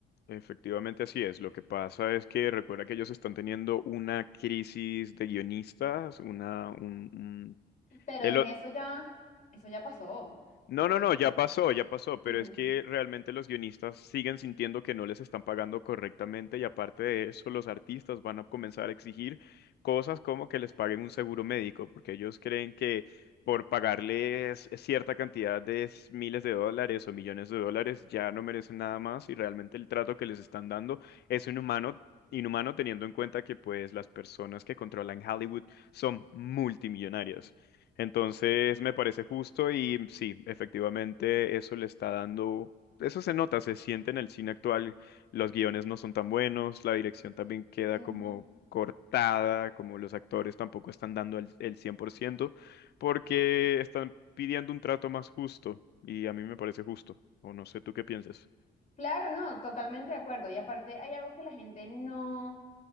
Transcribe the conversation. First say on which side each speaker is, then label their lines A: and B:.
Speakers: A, on the left; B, on the left.
A: efectivamente así es. Lo que pasa es que recuerda que ellos están teniendo una crisis de guionistas, una, un, un-
B: pero
A: el-
B: es que eso ya, eso ya pasó.
A: No, no,
B: Que,
A: no,
B: que-
A: ya pasó, ya pasó,
B: ujú,
A: pero es que realmente los guionistas siguen sintiendo que no les están pagando correctamente y aparte de eso, los artistas van a comenzar a exigir cosas como que les paguen un seguro médico, porque ellos creen que por pagarles cierta cantidad de s- miles de dólares o millones de dólares ya no merecen nada más y realmente el trato que les están dando es inhumano. Inhumano teniendo en cuenta que pues las personas que controlan Hollywood son multimillonarias. Entonces me parece justo y sí, efectivamente eso le está dando, eso se nota, se siente en el cine actual, los guiones no son tan buenos, la dirección también queda
B: ujú.
A: como cortada, como los actores tampoco están dando el, el 100% porque están pidiendo un trato más justo y a mí me parece justo, o no sé tú qué piensas.
B: Claro, no, totalmente de acuerdo. Y aparte hay algo que la gente no,